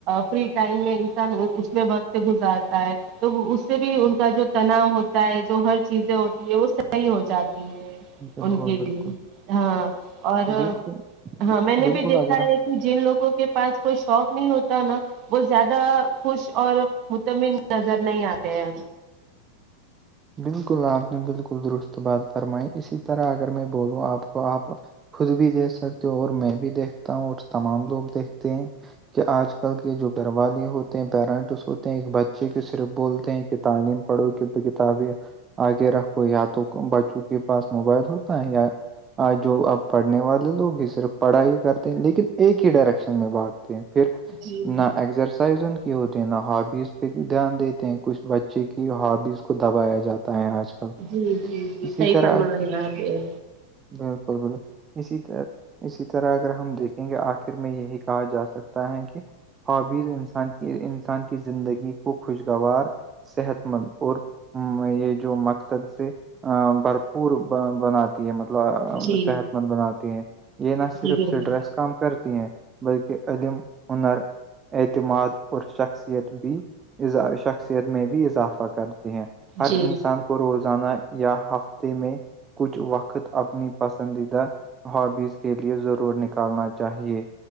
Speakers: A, on the right (about 45°); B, on the right (about 25°).
A: فری ٹائم میں انسان اس میں وقت گزارتا ہے تو اس سے بھی ان کا جو تناؤ ہوتا ہے جو ہر چیزیں ہوتی ہے وہ صحیح ہو جاتی ہے
B: بالکل
A: ان کے
B: بالکل
A: بھی ہاں اور
B: بالکل
A: ہاں میں نے
B: بالکل
A: بھی دیکھا
B: اگر
A: ہے جن لوگوں کے پاس کوئی شوق نہیں ہوتا نا وہ زیادہ خوش اور مطمن نظر نہیں آتے ہیں
B: بالکل آپ نے بالکل درست بات فرمائی اسی طرح اگر میں بولوں آپ کو آپ خود بھی دیکھ سکتے ہو اور میں بھی دیکھتا ہوں اور تمام لوگ دیکھتے ہیں کہ آج کل کے جو گھر والے ہوتے ہیں پیرنٹس ہوتے ہیں ایک بچے کے صرف بولتے ہیں تعلیم پڑو کی کتاب آگے رکھو یا تو بچوں کے پاس موبائل ہوتا ہے یا آ جو اب پڑھنے والے لوگ ہی صرف پڑھائی کرتے ہیں لیکن ایک ہی ڈائریکشن میں بھگ پھر
A: جی
B: نہ ایکسرسائز ہوتے ہیں نا ہابیز پہ بھی دھیان دیتے ہیں کچھ بچے کی ہابیز کو دبایا جاتا ہے آج کل
A: جی جی جی
B: اسی
A: صحیح
B: طرح
A: فما رہے ہیں آپ یہ
B: بالکل بالکل اسی طر اسی طرح اگر ہم دیکھیں گے آخر میں یہی کہا جا سکتا ہے کہ ہابیز انسان کی انسان کی زندگی کو خوشگوار صحت مند اور یہ جو مقصد سے بھرپور بن مطلب
A: جی
B: صحت مند بناتے ہیں یہ نہ صرف
A: جی بالکل
B: سٹریس کا کام کرتی ہیں بلکہ عم ہنر اعتماد اور شخصیت بھیا شخصیت میں بھی اضافہ کر ہیں ہر
A: جی
B: انسان کو روزانہ یا ہفتے میں کچھ وقت اپنی پسندیدہ ہابیز کے لیے ضرور نکالنا چاہیے